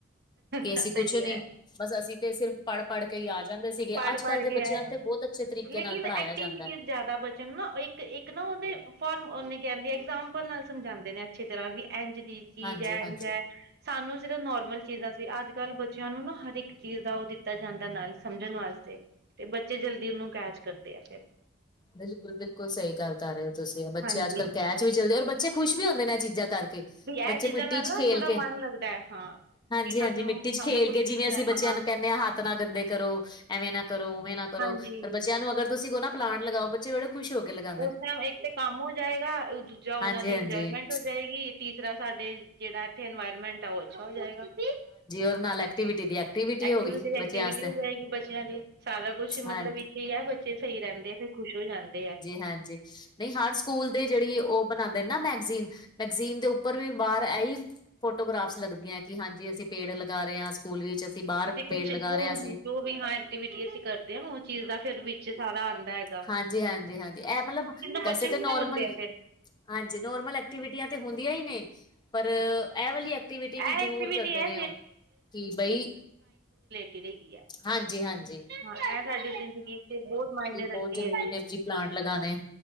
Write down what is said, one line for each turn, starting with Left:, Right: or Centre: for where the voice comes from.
Left: ਕਿ
Right: ਸਹੀ
Left: ਅਸੀਂ ਕੁਛ ਨਈ
Right: ਹੈ
Left: ਬਸ ਅਸੀਂ ਤੇ ਸਿਰਫ ਪੜ੍ਹ-ਪੜ੍ਹ ਕੇ ਈ ਆ ਜਾਂਦੇ ਸੀਗੇ
Right: ਪੜ੍ਹ
Left: ਅੱਜ-ਕੱਲ੍ਹ
Right: ਪੜ੍ਹ
Left: ਦੇ
Right: ਕੇ
Left: ਬੱਚ ਬੱਚਿਆਂ
Right: ਆਏ
Left: ਤੇ ਬਹੁਤ ਅੱਛੇ ਤਰੀਕੇ
Right: ਲੇਕਿਨ
Left: ਨਾਲ ਪੜ੍ਹਾਇਆ
Right: ਐਕਟੀਵਿਟੀਜ਼
Left: ਜਾਂਦਾ।
Right: ਜ਼ਿਆਦਾ ਬਚਣ ਨੂੰ ਨਾ ਇੱਕ-ਇੱਕ ਨਾ ਉਹਦੇ ਫਾਰਮ ਉਹਨੇ ਕਹਿੰਦੇ ਆ ਐਗਜਾਮਪਲ ਨਾਲ ਸਮਝਾਂਦੇ ਨੇ ਅੱਛੀ ਤਰ੍ਹਾਂ ਵੀ ਇੰਝ ਦੀ ਚੀਜ਼
Left: ਹਾਂਜੀ-ਹਾਂਜੀ
Right: ਐ ਇੰਝ ਐ। ਸਾਨੂੰ ਸਿਰਫ ਨੋਰਮਲ ਚੀਜ਼ਾਂ ਸੀ ਅੱਜ-ਕੱਲ੍ਹ ਬੱਚਿਆਂ ਨੂੰ ਨਾ ਹਰ ਇੱਕ ਚੀਜ਼ ਦਾ ਉਹ ਦਿੱਤਾ ਜਾਂਦਾ ਨਾਲ ਸਮਝਣ ਵਾਸਤੇ। ਤੇ ਬੱਚੇ ਜਲਦੀ ਉਹਨੂੰ ਕੈਚ ਕਰਦੇ ਐ ਫਿਰ।
Left: ਬਿਲਕੁਲ-ਬਿਲਕੁਲ ਸਹੀ ਗੱਲ ਕਰ ਰਹੇ ਓ ਤੁਸੀਂ ਬੱਚੇ
Right: ਹਾਂਜੀ
Left: ਅੱਜ-ਕੱਲ੍ਹ ਕੈਚ ਵੀ ਜਲਦੀ ਔਰ ਬੱਚੇ ਖੁਸ਼ ਵੀ ਹੁੰਦੇ ਨੇ ਇਹ ਚੀਜ਼ਾਂ ਕਰਕੇ।
Right: ਵੀ ਇਹ
Left: ਬੱਚੇ
Right: ਚੀਜ਼ਾਂ
Left: ਮਿੱਟੀ
Right: ਨਾਲ
Left: 'ਚ
Right: ਨਾ
Left: ਖੇਲ
Right: ਥੋੜਾ
Left: ਕੇ
Right: ਮਨ ਲੱਗਦਾ ਹਾਂ।
Left: ਹਾਂਜੀ-ਹਾਂਜੀ,
Right: ਵੀ ਸਾਨੂੰ
Left: ਮਿੱਟੀ ਚ
Right: ਸਾਨੂੰ
Left: ਖੇਲ
Right: ਕੁੱਝ
Left: ਕੇ
Right: ਸਿੱਖਣਾ
Left: ਜਿਵੇਂ ਅਸੀਂ ਬੱਚਿਆਂ
Right: ਹਾਂ
Left: ਨੂੰ ਕਹਿੰਨੇ ਆ ਹੱਥ ਨਾ ਗੰਦੇ ਕਰੋ ਐਵੇਂ ਨਾ ਕਰੋ ਉਵੇਂ ਨਾ ਕਰੋ
Right: ਹਾਂਜੀ
Left: ਅਰ ਬੱਚਿਆਂ ਨੂੰ ਅਗਰ ਤੁਸੀਂ ਕੋ ਨਾ ਪਲਾਂਟ ਲਗਾਓ ਬੱ ਚੇ ਬੜੇ ਖੁਸ਼ ਹੋ ਕੇ ਲੱਗਾ
Right: ਉਸ ਟੇਮ ਇੱਕ ਤੇ ਕੰਮ ਹੋ ਜਾਏਗਾ ਦੂਜਾ ਉਹਨਾ
Left: ਹਾਂਜੀ-ਹਾਂਜੀ,
Right: ਦੀ ਇੰਜੋਏਮੈਂਟ
Left: ਹਾਂਜੀ
Right: ਹੋ ਜਾਏਗੀ। ਤੀਸਰਾ ਸਾਡੇ ਜਿਹੜਾ ਇੱਥੇ ਇਨਵਾਇਰਮੈਂਟ ਉਹ ਅੱਛਾ ਹੋ ਜਾਏਗਾ, ਹਾਂਜੀ,
Left: ਔਰ ਨਾਲ ਐਕਟੀਵਿਟੀ ਦੀ
Right: ਐਕਟੀਵਿਟੀ
Left: ਹੋ ਗਈ
Right: ਦੀ
Left: ਬੱਚਿਆਂ
Right: ਐਕਟੀਵਿਟੀ
Left: ਆਸਤੇ
Right: ਹੋ ਜਾਏਗੀ ਬੱਚਿਆਂ ਦੀ, ਸਾਰਾ ਕੁੱਛ
Left: ਹਾਂ
Right: ਮਤਲਬ ਇੱਥੇ ਈ ਐ ਬੱਚੇ ਸਈ ਰਹਿੰਦੇ ਆ ਫੇਰ ਖੁਸ਼ ਹੋ ਜਾਂਦੇ ਐ।
Left: ਹਾਂਜੀ, ਨਈ ਹਰ ਸਕੂਲ ਦੇ ਜਿਹੜੀ ਉਹ ਬਣਾਂਦੇ ਨਾ ਮੈਗਜ਼ੀਨ ਮੈਗਜ਼ੀਨ ਦੇ ਉੱਪਰ ਵੀ ਬਾਹਰ ਇਹੀ ਫੋਟੋਗ੍ਰਾਫਸ ਲੱਗਦੀਆਂ ਕਿ ਹਾਂਜੀ ਅਸੀਂ ਪੇੜ ਲਗਾ ਰਹੇ ਆ। ਸਕੂਲ ਵਿੱਚ ਅਸੀਂ ਬਾਹਰ
Right: ਕੁਛ
Left: ਪੇੜ ਲਗਾ
Right: ਜੋ
Left: ਰਿਹਾ ਸੀ।
Right: ਜੋ ਵੀ ਹਾਂ ਐਕਟੀਵਿਟੀ ਅਸੀਂ ਕਰਦੇ ਆ ਉਹ ਚੀਜ਼ ਦਾ ਫਿਰ ਵਿੱਚ ਸਾਰਾ ਆਂਦਾ ਹ
Left: ਹਾਂਜੀ-ਹਾਂਜੀ-ਹਾਂਜੀ, ਇਹ ਮਤਲਬ ਵੈਸੇ
Right: ਬੱਚੇ
Left: ਤੇ
Right: ਖੁਸ਼
Left: ਨੋਰਮਲ।
Right: ਹੁੰਦੇ ਆ ਫਿਰ
Left: ਹਾਂਜੀ, ਨੋਰਮਲ ਐਕਟੀਵਿਟੀਆਂ ਤੇ ਹੁੰਦੀਆਂ ਈ ਨੇ। ਪਰ ਇਹ
Right: ਹਾਂਜੀ
Left: ਵਾਲੀ ਐਕਟੀਵਿਟੀ ਵੀ
Right: ਇਹ
Left: ਜ਼ਰੂਰ
Right: ਐਕਟੀਵਿਟੀ
Left: ਕਰਦੇ
Right: ਹੈ
Left: ਨੇ ਉਹ, ਕਿ ਬਈ
Right: ਚਿੜੇਗੀ ਐ,
Left: ਹਾਂਜੀ-ਹਾਂਜੀ।
Right: ਹਾਂ, ਇਹ ਸਾਡੀ ਜ਼ਿੰਦਗੀ ਚ ਬਹੁਤ ਮਾਇਨੇ
Left: ਬਹੁਤ
Right: ਰਖ ਦੀ
Left: ਜ਼ਰੂਰੀ
Right: ਐ,
Left: ਨੇ ਜੀ ਪਲਾਂਟ ਲਗਾਣੇ